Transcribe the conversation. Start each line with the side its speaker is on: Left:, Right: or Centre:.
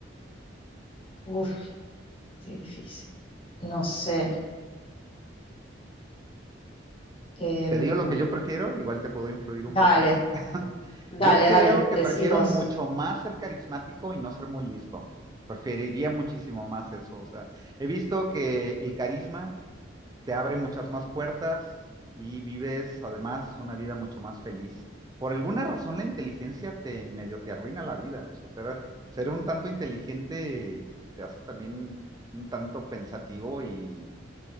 Left: Uf, qué difícil. No sé. Em,
Right: Te digo lo que yo prefiero, igual te puedo influir un
Left: dale,
Right: poquito.
Left: dale,
Right: Yo creo
Left: dale,
Right: que
Left: decí
Right: prefiero
Left: vos.
Right: mucho más ser carismático y no ser muy listo. Preferiría muchísimo más eso. O sea, he visto que el carisma te abre muchas más puertas y vives además una vida mucho más feliz. Por alguna razón la inteligencia te medio te arruina la vida. O sea, ser, ser un tanto inteligente te hace también un tanto pensativo y,